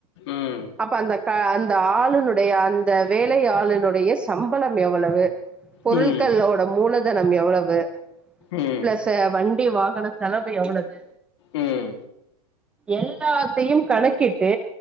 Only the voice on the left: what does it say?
ம்
ம்
ம் ம்
ம்